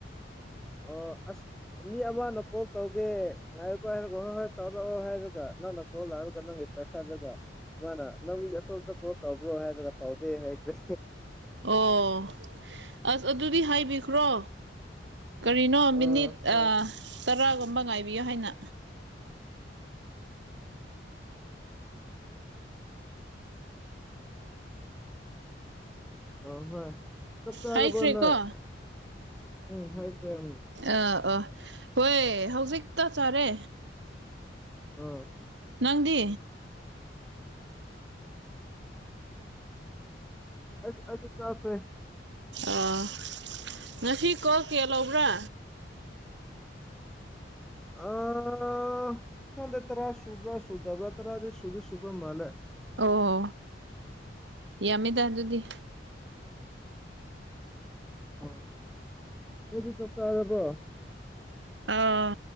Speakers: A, in the centre; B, on the right.
A: ꯑꯣ ꯑꯁ ꯃꯤ ꯑꯃꯅ ꯀꯣꯜ ꯇꯧꯒꯦ ꯉꯥꯏꯌꯨꯀꯣ ꯍꯥꯏꯔ ꯍꯣꯏ ꯍꯣꯏ ꯇꯧꯔꯛꯑꯣ ꯍꯥꯏꯔꯒ ꯅꯪꯅ ꯀꯣꯜ ꯂꯥꯛꯔꯒ ꯅꯪꯒꯤ ꯄꯥꯏꯈꯠꯂꯒ ꯃꯥꯅ ꯅꯪ ꯃꯤ ꯑꯇꯣꯝꯄ ꯀꯣꯜ ꯇꯧꯕ꯭ꯔꯣ ꯍꯥꯏꯔꯒ ꯇꯧꯗꯦ ꯍꯥꯏꯈ꯭ꯔꯦ
B: ꯑꯣ ꯑꯁ ꯑꯗꯨꯗꯤ ꯍꯥꯏꯕꯤꯈ꯭ꯔꯣ ꯀꯔꯤꯅꯣ
A: ꯑꯥ
B: ꯃꯤꯅꯤꯠ
A: ꯍꯣꯏ
B: ꯇꯥꯔꯥꯒꯨꯝꯕ ꯉꯥꯏꯕꯤꯌꯣ ꯍꯥꯏꯅ
A: ꯑ ꯥꯍꯣꯏ ꯆꯥꯛ ꯆꯥꯔꯕ꯭ꯔꯣ
B: ꯍꯥꯏꯈ꯭ꯔꯦꯀꯣ
A: ꯅꯣꯏ ꯎꯝ ꯍꯥꯏꯈ꯭ꯔꯦ ꯎꯝ
B: ꯑꯥ ꯑꯥ ꯍꯣꯏ ꯍꯧꯖꯤꯛ ꯆꯥꯛ ꯆꯥꯔꯦ
A: ꯑꯥ
B: ꯅꯪꯗꯤ
A: ꯑꯁ ꯑꯩꯁꯨ ꯆꯥꯈ꯭ꯔꯦ
B: ꯑꯥ ꯉꯁꯤ ꯀꯣꯜ ꯀꯌꯥ ꯂꯧꯕ꯭ꯔꯥ
A: ꯑꯥ ꯈꯪꯗꯦ ꯇꯔꯥ ꯁꯨꯕ꯭ꯔꯥ ꯁꯨꯗꯕ꯭ꯔꯥ ꯇꯔꯥꯗꯤ ꯁꯨꯗꯤ ꯁꯨꯕ ꯃꯥꯜꯂꯦ
B: ꯑꯣ ꯍꯣ ꯌꯥꯝꯃꯤꯗ ꯑꯗꯨꯗꯤ <inaudible>
A: ꯑꯣ ꯅꯣꯏꯗꯤ ꯆꯥꯛ ꯆꯥꯔꯕ꯭ꯔꯣ
B: ꯑꯥ